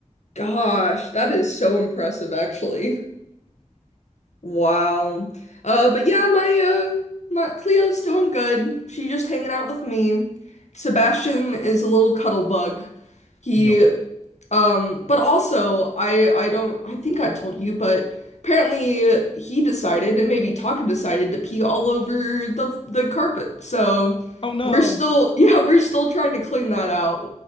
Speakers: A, on the left (about 65°); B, on the left (about 45°).
A: Gosh, that is so impressive, actually. Wow. Uh, but yeah, my uh, my Cleo's doing good. She's just hanging out with me. Sebastian is a little cuddle bug. He,
B: No.
A: um, but also I I don't I think I told you, but apparently he decided, and maybe Taka decided to pee all over the the carpet. So
B: Oh no.
A: we're still <laughs> yeah we're still trying to clean that out.